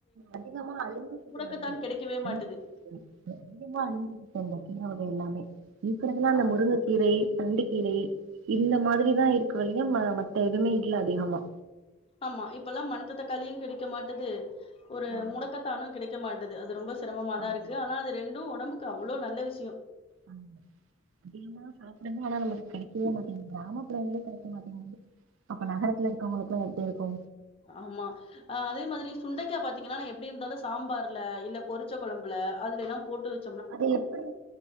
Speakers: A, on the right; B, on the left.
A: அதிகமா அழி்ஞ்சுக்கிட்டு
B: முடக்கத்தான்
A: வருது
B: கெடைக்கவே
A: <unintelligible>
B: மாட்டுது
A: அதிகமா அழிஞ்சுரு <unintelligible> அது எல்லாமே இருக்குறதுல அந்த
B: ஆ
A: முருங்கக்கீரை தண்டு கீரை இந்த மாதிரிதா இருக்கு வளிய ம மத்த எதுவுமே இல்ல அதிகமா
B: ஆமா இப்பல்லா மணத்த தக்காளியு கிடைக்க மாட்டுது ஒரு
A: ம்,
B: முடக்கத்தானு கிடைக்க மாட்டது அது ரொம்ப சிரமமா தா
A: ஆமா
B: இருக்கு ஆனா அது ரெண் டு ஒடம்புக்கு அவ்ளோ நல்ல விஷயொ
A: ஆ அதிகமா சாப்டுங்க ஆனா நமக்கு கெடைக்கவே மாட்டீங்கிது கிராமப்புறங்கள்ளே கெடைக்க மாட்டீங்கிது அப்ப நகரத்துல இருக்கவுங்களுக்குலா எப்டி இருக்கு
B: ஆமா அதே மாதிரி சுண்டேக்கா பாத்தீங்கன்னா‌ நா எப்டி இருந்தாலு சாம்பார்ல இல்ல பொறிச்ச கொழம்புல அதுலெல்லா போட்டு வச்
A: அத எப்புடி